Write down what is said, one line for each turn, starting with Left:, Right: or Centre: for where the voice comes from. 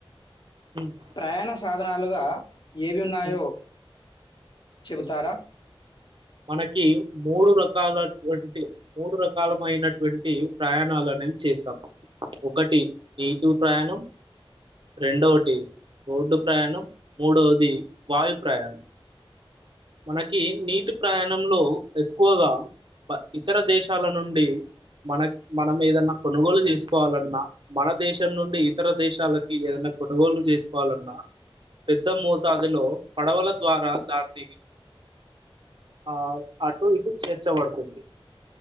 Right: ఉమ్,
Left: ప్రయాణ సాధనాలుగా ఏవి ఉన్నాయో
Right: ఉమ్.
Left: చెబుతారా
Right: మనకి మూడు రకాలటువంటి మూడు రకాలమయినటువంటి ప్రయాణాలని చేస్తాం ఒకటి ఎటూ ప్రయాణం రెండోటి రోడ్డు ప్రయాణం మూడవది వాయు ప్రయాణం మనకి నీటి ప్రయాణంలో ఎక్కువగా ఇతర దేశాల నుండి మన మనం ఏదన్నా కొనుగోలు చేసుకోవాలన్నా మన దేశం నుండి ఇతర దేశాలకి ఏదైనా కొనుగోలు చేసుకోవాలన్నా పెద్ద మోతాదిలో పడవల ద్వారా దాన్ని ఆ అటు ఇటు చేర్చబడుతుంది